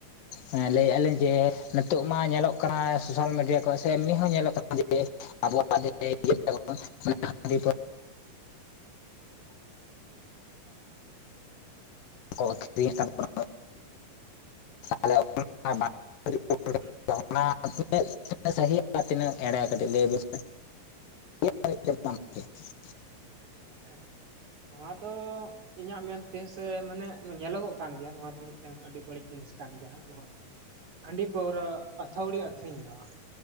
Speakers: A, on the left; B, on the right.
A: ᱦᱮᱸ ᱞᱟᱹᱭᱮᱫᱼᱟ ᱞᱤᱧ ᱡᱮ ᱱᱤᱛᱳ ᱢᱟ ᱧᱮᱞᱚᱜ ᱠᱟᱱᱟ ᱥᱳᱥᱟᱞ ᱢᱤᱰᱤᱭᱟ ᱠᱚ ᱥᱮ ᱮᱢᱱᱤ ᱦᱚᱸ ᱧᱮᱞᱚᱜ ᱠᱟᱱᱟ ᱡᱮ ᱟᱵᱚᱣᱟᱜ ᱜᱮ <inaudible> <inaudible> ᱦᱟᱺᱰᱤ ᱟᱹᱠᱷᱨᱤᱧᱮᱫ ᱛᱟᱵᱚᱱᱟ <inaudible> ᱟᱞᱮ ᱚᱱᱟ <inaudible>
B: ᱦᱮᱸ
A: ᱚᱱᱟ <inaudible> ᱥᱟᱦᱤ ᱛᱤᱱᱟᱹᱜ ᱮᱲᱮ ᱠᱟᱹᱴᱤᱡ ᱞᱟᱹᱭᱵᱮᱱ <inaudible>
B: ᱦᱮᱸ ᱦᱮᱸ ᱱᱚᱣᱟ ᱫᱚ ᱤᱧᱟᱹᱜ ᱢᱮᱱᱛᱮ ᱥᱮ ᱢᱟᱱᱮ ᱧᱮᱞᱚᱜᱚᱜ ᱠᱟᱱ ᱜᱮᱭᱟ ᱱᱚᱣᱟ ᱫᱚ ᱢᱤᱫᱴᱟᱝ ᱟᱹᱰᱤ ᱵᱟᱹᱲᱤᱡ ᱡᱤᱱᱤᱥ ᱠᱟᱱ ᱜᱮᱭᱟ ᱦᱟᱸᱜ ᱱᱚᱣᱟ ᱦᱟᱺᱰᱤ ᱯᱟᱹᱣᱨᱟᱹ ᱟᱹᱛᱷᱣᱲᱤ ᱟᱹᱠᱷᱨᱤᱧ ᱫᱚ ᱦᱟᱸ